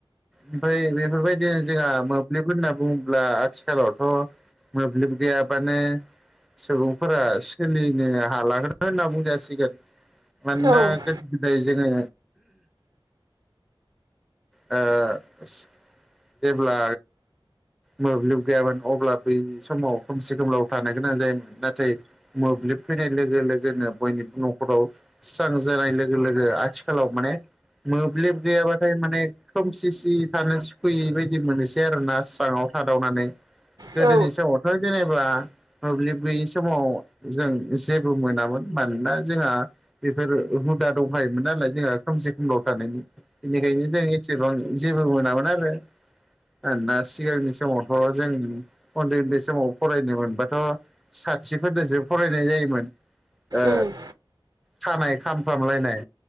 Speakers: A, in the centre; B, on the right.
A: ओमफ्राय बेफोरबायदिनो जोंहा मोब्लिबफोर होनना बुङोब्ला आथिखालावथ' मोब्लिब गैयाबानो सुबुंफोरा सोलिनो हालाखोनो होनना बुंजासिगोन। मानोना
B: औ औ
A: गोदो गोदाय जोङो ओ सि जेब्ला मोब्लिब गैयामोन अब्ला, बै समाव खोमसि खोमलाव थानो गोनां जायोमोन नाथाय मोब्लिब, फैनाय लोगो लोगोनो बयनिबो न'खराव स्रां जानाय लोगो लोगो, आथिखालाव माने मोब्लिब गैयाबाथाय माने खोमसि सि थानो सुखुयै बायदि मोनसै आरोना, स्राङाव थादावनानै। गोदोनि
B: औ
A: समावथ' जेनेबा मोब्लिब गैयि समाव, जों जेबो मोनामोन मानोना जोंहा बेफोर, हुदा दंखायोमोन नालाय जोंहा खोमसि खोमलाव थानायनि बेनिखायनो जों एसे सेबां जेबो मोनामोन आरो। आरोना सिगांनि समावथ' जों उन्दै उन्दै समाव फरायनो मोनबाथ' साथिफोरनोसो फरायनाय जायोमोन ओ
B: उम उम
A: खानाय खामफ्रामलायनाय